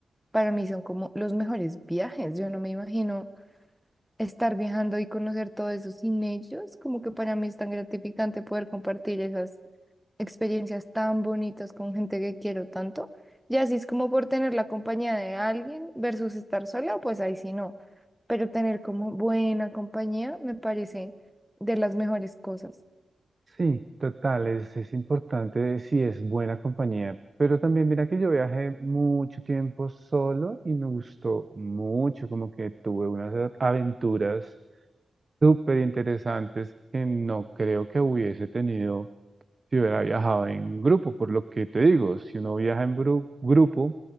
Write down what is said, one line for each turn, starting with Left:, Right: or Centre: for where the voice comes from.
Centre: Para mí son como los mejores viajes. Yo no me imagino estar viajando y conocer todo eso sin ellos. Como que para mí es tan gratificante poder compartir esas experiencias tan bonitas con gente que quiero tanto. Y así es como por tener la compañía de alguien versus estar sola, pues ahí sí no. Pero tener como buena compañía me parece de las mejores cosas.
Right: Sí, total, es, es importante si es buena compañía. Pero también mira que yo viajé mucho tiempo solo y me gustó mucho, como que tuve unas a- aventuras súper interesantes que no creo que hubiese tenido si hubiera viajado en grupo, por lo que te digo, si uno viaja en bru- grupo,